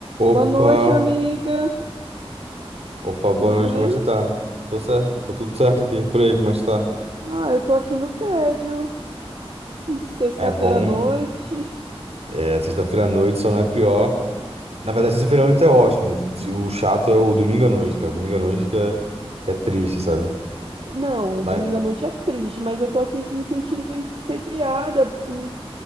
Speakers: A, on the right (about 80°); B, on the right (about 60°).
A: Opa,
B: Boa noite, amiga.
A: opa, boa
B: Tudo
A: noite,
B: bem?
A: como é que você tá? Tô certo, tô tudo certo aqui, por aí, como é que você tá?
B: Ah, eu tô aqui no tédio. Sexta-feira
A: É bom,
B: à noite.
A: é, sexta-feira à noite só não é pior. Na verdade, sexta-feira à noite é ótimo, o chato é o domingo à noite, cara, domingo à noite que é, que é triste, sabe?
B: Não,
A: Mas,
B: domingo à noite é triste, mas eu tô aqui me sentindo entediada. Hum,